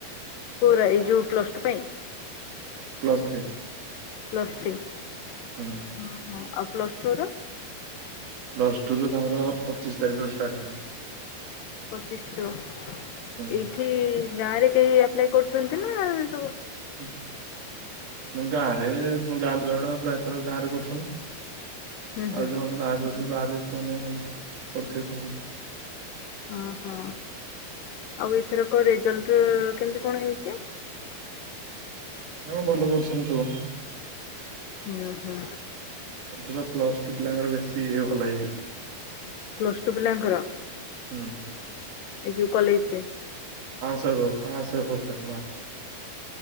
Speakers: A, on the left (about 70°); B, on the right (about 75°).
A: କୋଉରା ଏଇ ଯୋଉ ପ୍ଲସ ଟୁ ପାଇଁ?
B: Plus three.
A: ପ୍ଲସ ଥ୍ରୀ ହଁ
B: ହୁଁ
A: ହଁ। ଆଉ ପ୍ଲସ୍ ଟୁର?
B: ପ୍ଲସ ଟୁର ତାଙ୍କର ପଚିଶ ତାରିଖ ଷ୍ଟାର୍ଟ ହେଲାଣି।
A: ପଚିଶ ତାରିକ
B: ହୁଁ।
A: ଏଇଠି ଗାଁରେ କେହି ଆପ୍ଲାଏ କରୁଛନ୍ତି ନାଁ
B: ହୁଁ ନାଇଁ ଗାଁରେ ଗାଁ‌ ପିଲାଉଡ଼ା ପ୍ରାୟ ତ ଗାଁରେ କରୁଛନ୍ତିି।
A: ହୁଁ
B: ଆଉ
A: ହୁଁ।
B: ଯୋଉମାନେ ବାହାରୁ <unintelligible> ବାହାରେ ବି ସେମାନେ ପଢିଥିବେ କଣ?
A: କଁ ହଁ ଆଉ ଏଥରକ ରେଜଲ୍ଟ କେମିତି କଣ ହେଇଚି?
B: ହଁ ଭଲ କରିଛନ୍ତି ସବୁ।
A: ହୁଁ ହୁଁ।
B: ଏଥର ପ୍ଲସ ଟୁ ପିଲାଙ୍କର ବେଶୀ ଭଲ ହେଇଯାଇଛି।
A: ପ୍ଲସ ଟୁ ପିଲାଙ୍କର
B: ହୁଁ
A: ଏଇ ଯୋଉ କଲେଜରେ।
B: ସବୁ ପାଁଶ ଉପରେ ଖାଲି ମାର୍କ।